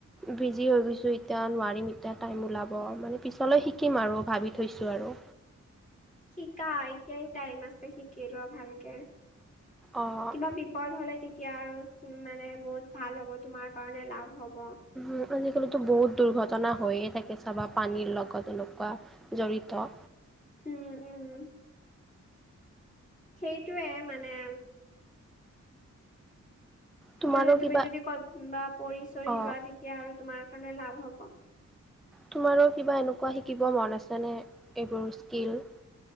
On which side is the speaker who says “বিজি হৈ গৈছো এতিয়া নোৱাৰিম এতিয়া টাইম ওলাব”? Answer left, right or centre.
Centre